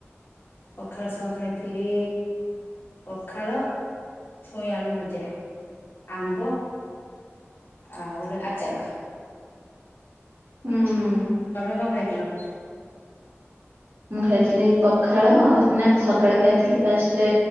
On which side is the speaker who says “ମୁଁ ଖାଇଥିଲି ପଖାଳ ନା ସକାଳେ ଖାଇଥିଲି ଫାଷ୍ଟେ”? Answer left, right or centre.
Right